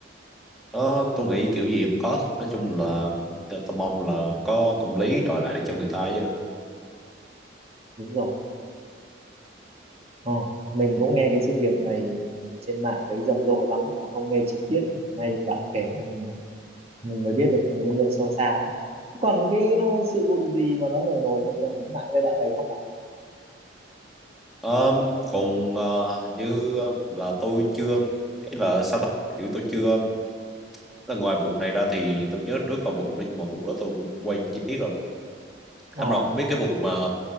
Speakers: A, in the centre; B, on the right (about 30°).
A: Ờ, tôi nghĩ kiểu gì cũng có thôi. Nói chung là tôi tôi mong là có công lý đòi lại để cho người ta chứ.
B: đúng rồi Ờ, mình cũng nghe cái sự việc này trên mạng thấy rầm rộ lắm nhưng mà không nghe chi tiết nay bạn kể là mình, mình mới biết được nguyên nhân sâu xa đấy còn những cái ờ, sự vụ gì mà nó nổi nổi dần dần trên mạng giai đoạn này không bạn
A: Ờm, còn ờ, hình như ờm, là tôi chưa ý là sao đó kiểu tôi chưa là ngoài vụ này ra thì tôi nhớ trước có vụ nhưng mà vụ đó tôi cũng quên chi tiết rồi.
B: ờ
A: Anh Rọt biết cái vụ mà